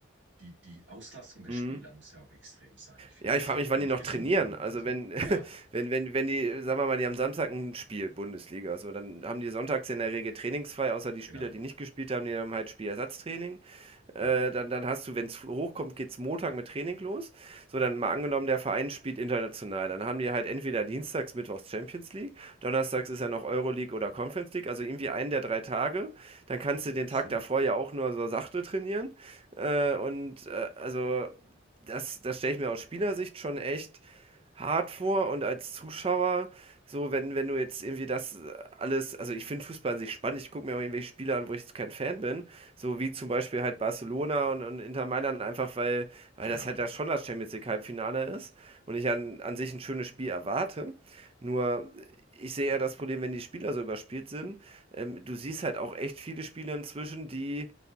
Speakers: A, on the right; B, on the right.
A: die, die Auslastung der
B: Mhm.
A: Spieler muss ja auch extrem sein. Ich finde
B: Ja,
A: das
B: ich frage
A: ja auch
B: mich,
A: gar
B: wann die
A: nicht
B: noch
A: gesund
B: trainieren.
A: irgendwie.
B: Also
A: Also,
B: wenn,
A: ja,
B: <laughs> wenn, wenn, wenn die, sagen wir mal, die haben Samstag ein Spiel, Bundesliga, so, dann haben die sonntags in der Regel trainingsfrei, außer die Spieler,
A: genau.
B: die nicht gespielt haben, die haben halt Spielersatztraining.
A: Ja,
B: Äh, dann, dann hast du, wenn es hochkommt, geht's Montag mit Training los. So, dann mal angenommen, der Verein spielt international. Dann haben die halt entweder dienstags, mittwochs Champions League, donnerstags ist ja noch Euroleague oder Conference League, also irgendwie einen der drei Tage. Dann kannst du den
A: absolut.
B: Tag davor ja auch nur so sachte trainieren. Äh, und äh, also das, das stelle ich mir aus Spielersicht schon echt hart vor und als Zuschauer, so wenn, wenn du jetzt irgendwie das alles, also ich finde Fußball an sich spannend, ich gucke mir auch irgendwelche Spiele an, wo ich jetzt kein Fan bin, so wie zum Beispiel halt Barcelona und, und Inter Mailand, einfach weil, weil
A: Genau.
B: das halt ja schon das Champions League Halbfinale ist und ich an, an sich ein schönes Spiel erwarte. Nur ich sehe ja das Problem, wenn die Spieler so überspielt sind. Ähm, du siehst halt auch echt viele Spiele inzwischen, die